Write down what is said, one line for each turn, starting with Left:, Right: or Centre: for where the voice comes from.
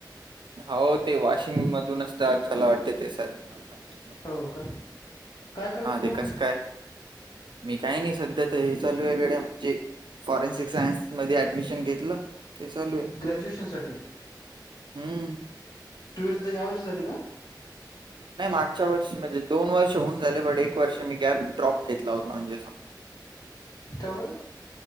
Right: हो, ते वाशिम मधूनच स्टार्ट केला वाटते ते. सर मला पण माहि
Left: हो का? काय करतो तू?
Right: ते कसं काय मी काय नाही सध्या तर, हे चालू आहे गड्या. जे फॉरेन्सिक सायन्स मध्ये ऍडमिशन घेतलं ते चालू आहे.
Left: गज्युएशन साठी.
Right: हम्म.
Left: ट्वेल्थ या वर्षी झाली का?
Right: नाही, मागच्या वर्षी म्हणजे दोन वर्ष होऊन झाले, बट एक वर्ष मी गॅप ड्रॉप घेतला होता म्हणजे अस
Left: का बरं?